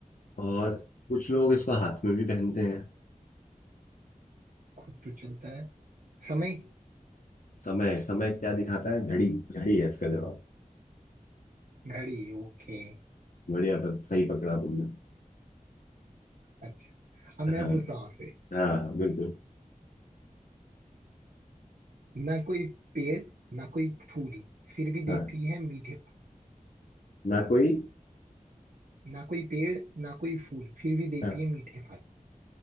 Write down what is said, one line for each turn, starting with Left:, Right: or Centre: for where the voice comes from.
Left: और कुछ लोग इसको हाथ में भी पहनते हैं
Right: खुद तो चलता है समय
Left: समय समय क्या दिखाता है घड़ी घड़ी है इसका जवाब
Right: घड़ी ओके
Left: बढ़िया पर सही पकड़ा तुमने
Right: अच्छा अब
Left: हाँ
Right: मैं पूछता हूँ आपसे
Left: हाँ बिल्कुल
Right: ना कोई पेड़ ना कोई फूल फिर भी
Left: हाँ
Right: देती है मीठे फल
Left: ना कोई
Right: ना कोई पेड़ ना कोई फूल फिर भी देती
Left: हाँ
Right: है मीठे फल